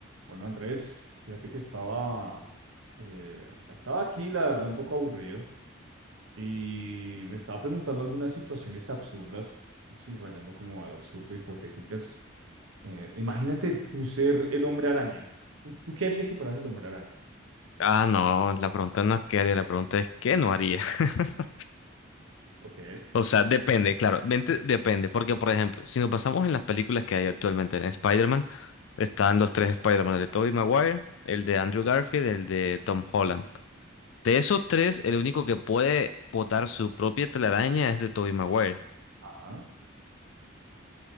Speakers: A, on the right; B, on the left.
A: Bueno, Andrés, fíjate que estaba, eh, estaba aquí, la verdad, un poco aburrido y me estaba preguntando algunas situaciones absurdas, sí, rayando como al absurdo, hipotéticas. Eh, imagínate tú ser el hombre araña. ¿Tú, tú qué harías si fueras el hombre araña?
B: Ah, no, la pregunta no es qué haría, la pregunta es qué no haría. <laughs>
A: Ok,
B: O sea, depende, claro, vente- depende, porque por ejemplo, si nos pasamos en las películas que hay actualmente en Spider-Man, están los tres Spider-Man, el de Tobey Maguire, el de Andrew Garfield, el de Tom Holland. De esos tres, el único que puede botar su propia telaraña es de Tobey Maguire,
A: ajá.